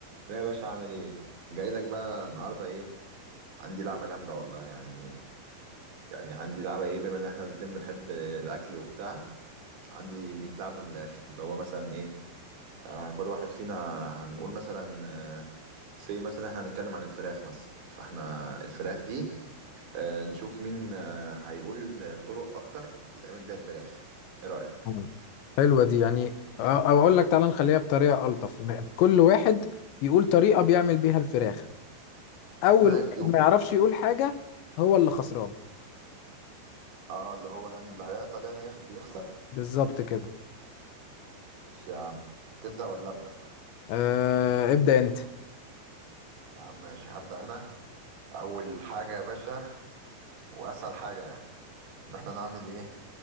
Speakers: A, on the right; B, on the left.
A: لا يا باشا عامل ايه جاي لك بقى النهارده ايه عندي لعبه جامده والله يعني يعني عندي لعبه ايه بما ان احنا الاتنين بنحب الاكل وبتاع عندي ليك لعبه من الاخر اللي هو مثلا ايه آه كل واحد فينا هنقول مثلا آه سي مثلا احنا هنتكلم عن الفراخ مثلا فاحنا الفراخ دي آه نشوف مين آه هيقول طرق اكتر يتعمل بيها الفراخ ايه رايك
B: مم. حلوة دي يعني آه، او اقول لك تعالى نخليها بطريقة ألطف إن كل واحد يقول طريقة بيعمل بيها الفراخ اول
A: ماشي
B: واحد ما يعرفش يقول حاجة هو اللي خسران
A: اه اللي هو يعني اللي هيعطل يعني يخ- يخسر
B: بالظبط كده
A: ماشي يا عم تبدأ ولا أبدأ
B: آه ابدأ انت
A: يا عم ماشي هبدأ أنا اول حاجه يا باشا واسهل حاجه ان احنا نعمل ايه